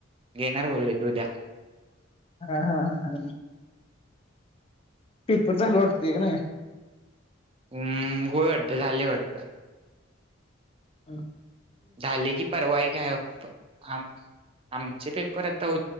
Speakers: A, on the right (about 30°); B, on the left (about 30°).
A: घेणार बोललेत द्या
B: हा हा हा हा पेपर झालं वाटतेय कनाय?
A: हम्म होय वाटतं झाले वाटत.
B: हम
A: झाले की परवा एक हाय वा हां मग आमचे पेपर आता हो